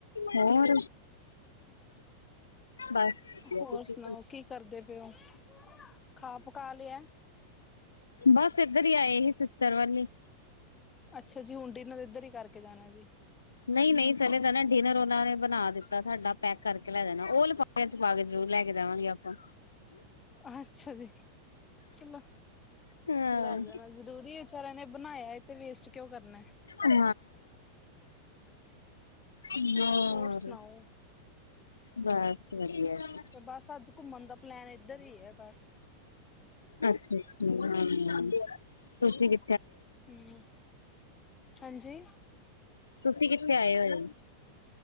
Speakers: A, on the left (about 70°); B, on the left (about 20°).
A: ਹੋਰ ਬਸ ਵਧੀਆ
B: ਹੋਰ
A: ਤੁਸੀਂ
B: ਸੁਣਾਓ ਕੀ ਕਰਦੇ ਪਏ ਓ। ਖਾ ਪਕਾ ਲਿਆ।
A: ਬਸ ਏਧਰ ਹੀ ਆਏ ਸੀ ਸਿਸਟਰ ਵਲ ਹੀ।
B: ਅੱਛਾ ਜੀ ਹੁਣ ਡਿਨਰ ਇੱਧਰ ਹੀ ਕਰਕੇ ਜਾਣਾ ਜੀ।
A: ਨਹੀ-ਨਹੀ ਚਲੇ ਜਾਨਾ ਡਿਨਰ ਉਹਨਾ ਨੇ ਬਣਾ ਦਿੱਤਾ ਸਾਡਾ ਪੈਕ ਕਰਕੇ ਲੈ ਜਾਣਾ ਉਹ ਲਿ ਚ ਪਾ ਕੇ ਜ਼ਰੂਰ ਲੈ ਕੇ ਜਾਵਾਂਗੇ ਆਪਾ।
B: ਅੱਛਾ ਜੀ ਚਲੋ
A: ਹਾਂ
B: ਲੈ ਜਾਣਾ ਜ਼ਰੂਰੀ ਵਿਚਾਰਿਆਂ ਨੇ ਬਣਾਇਆ ਇਹ ਤੇ ਵੇਸਟ ਕਿਉਂ ਕਰਨਾ।
A: ਹਾਂ ਯਾਰ।
B: ਹੋਰ ਸੁਣਾਓ
A: ਬਸ ਵਧੀਆ ਜੀ।
B: ਤੇ ਬਸ ਅੱਜ ਘੁੰਮਣ ਦਾ ਪਲੈਨ ਇੱਧਰ ਹੀ ਹੈ ਬਸ।
A: ਅੱਛਾ-ਅੱਛਾ ਹਾਂ ਤੁਸੀ ਕਿ
B: ਹਮ ਹਾਂਜੀ
A: ਤੁਸੀਂ ਕਿੱਥੇ ਆਏ ਹੋਏ ਹੋ।